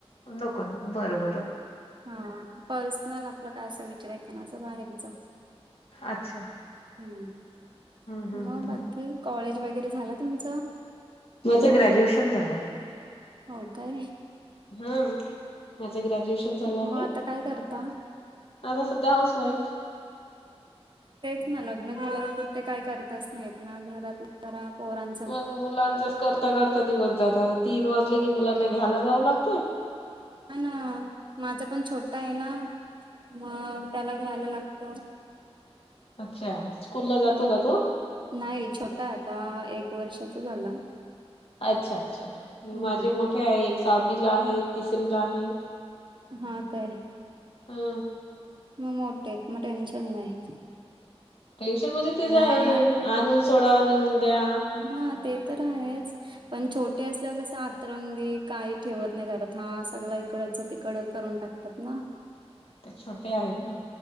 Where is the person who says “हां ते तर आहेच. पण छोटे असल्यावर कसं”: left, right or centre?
Right